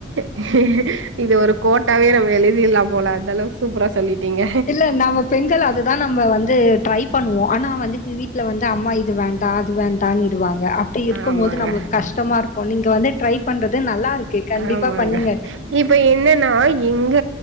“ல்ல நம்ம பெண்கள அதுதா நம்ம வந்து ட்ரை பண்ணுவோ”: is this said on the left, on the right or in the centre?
Left